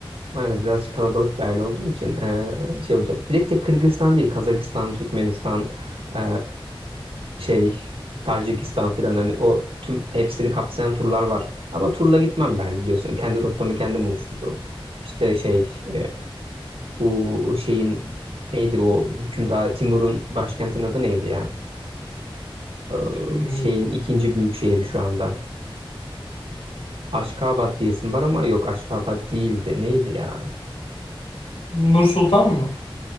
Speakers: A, on the right; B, on the left.
A: Aynen biraz kalabalık bir aile olduğum için e, şey yapacağım. Bir de tek Kırgızistan değil Kazakistan, Türkmenistan, e, şey Tacikistan falan hani o tüm hepsini kapsayan turlar var. Ama turla gitmem ben biliyorsun. Kendi rotamı kendim oluştururum. İşte şey e, bu şeyin neydi bu hükümdar Timur'un başkentinin adı neydi ya? Ee,
B: Hiç bilmiyorum.
A: şeyin ikinci büyük şehri şu anda. Aşkabat diyesim var ama yok Aşkabat değildi. Neydi ya?
B: Nur Sultan mı?